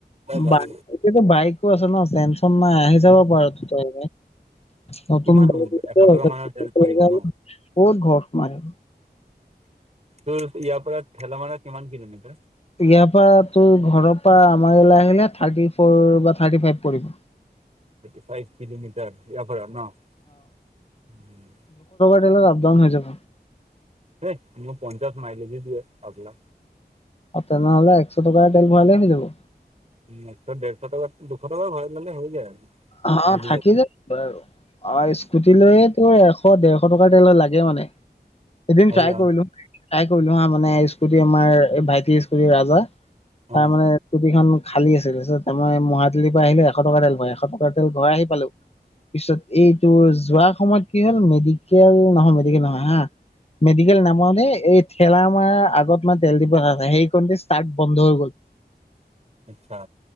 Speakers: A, on the right; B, on the left.
A: ভাল
B: বাই এতিয়াওতো বাইকো আছে ন টেনচন নাই আ যাব পাৰ তই নতুন
A: কিমান
B: বাইক
A: এশ
B: ত
A: টকা
B: কত
A: মানৰ তেল
B: ঘৰত
A: পৰিব ন?
B: সোমায় থাক
A: তোৰ ইয়াৰ পৰা ঠেলামাৰা কিমান কিলোমিটাৰ?
B: ইয়াৰ পৰা তোৰ ঘৰৰ পৰা আমাৰ ইয়ালে আহিলে থাৰ্টি ফ'ৰ বা থাৰ্টি ফাইভ পৰিব।
A: থাৰ্টি ফাইভ কিলোমিটাৰ ইয়াৰ পৰা ন?
B: <unintelligible> আপ-ডাউন হৈ যাব।
A: সে মই পঞ্চাছ মাইলজে দিয়ে পাগলা।
B: অ তেনেহলে এক শ টকাৰ তেল ভৰালে হৈ যাব
A: উ একশ দেৰশ টকা দুশ টকা ভৰাই ললে হৈ যায় আৰু
B: অ
A: মিলি
B: থাকি
A: যাব
B: যায় বাৰ অ স্কুটি লৈয়ে তোৰ এ এশ দেৰশ টকাৰ তেল লাগে মানে এদিন
A: আহি
B: ট্ৰাই
A: যাওঁ
B: কৰিলো
A: ন?
B: ট্টাই কৰিলো হা মানে স্কুটি আমাৰ এই ভাইটিৰ স্কুটি ৰাজা
A: অ',
B: তাৰ মানে স্কুটিখন খালী আছিল তাৰ পিছত মই মাহাটলীৰ পৰা আহিলো এশ টকা তেল ভৰাই এশ টকাৰ তেল ভৰাই ঘৰ আহি পালো পিছত এইটো যোৱাৰ সময়ত কি হ'ল মেডিকেল নহয় মেডিকেল নহয় হা মেডিকেল নামাওতে এই ঠেলা মাৰা আগত মানে তেল ডিফু এটা আছে সেই কনতে ষ্টাৰ্ট বন্ধ হৈ গ'ল উ
A: আচ্ছা